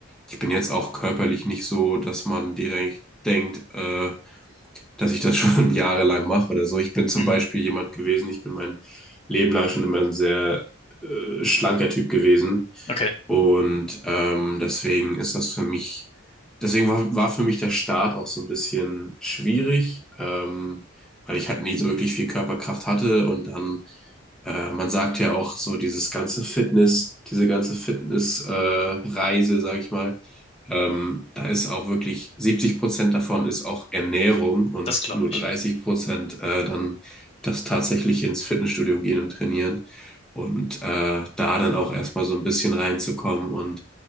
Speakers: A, in the centre; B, on the left.
A: ich bin jetzt auch körperlich nicht so, dass man direkt denkt, äh, dass ich das schon <laughs> jahrelang mache oder so. Ich bin zum
B: Mhm.
A: Beispiel jemand gewesen, ich bin mein Leben lang schon immer ein sehr äh, schlanker Typ gewesen.
B: Okay,
A: Und ähm, deswegen ist das für mich, deswegen war, war für mich der Start auch so ein bisschen schwierig, ähm, weil ich halt nie so wirklich viel Körperkraft hatte. Und dann, äh, man sagt ja auch so, dieses ganze Fitness, diese ganze Fitness, äh, Reise, sag ich mal, ähm, da ist auch wirklich 70 Prozent davon ist auch Ernährung und
B: das glaube
A: nur
B: ich.
A: 30 Prozent äh, dann das tatsächliche ins Fitnessstudio gehen und trainieren. Und äh, da dann auch erstmal so ein bisschen reinzukommen und